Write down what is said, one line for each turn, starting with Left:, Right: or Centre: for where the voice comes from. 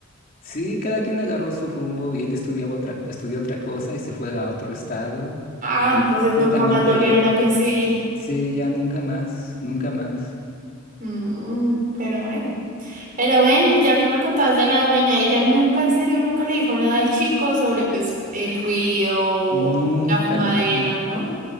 Left: Sí, cada quien agarró su rumbo y él estudiaba otra, co- estudió otra cosa y se fue a otro estado.
Right: Ah,
Left: Y
Right: entonces
Left: completamente,
Right: nunca más volvieron a coincidir.
Left: sí, ya nunca más, nunca más,
Right: Mm, pero bueno. Pero ven, ya que me contabas de la dueña, ella nunca, en serio, nunca le dijo nada al chico sobre pues el ruido o
Left: nunca,
Right: la fumadera,
Left: nu-
Right: ¿no?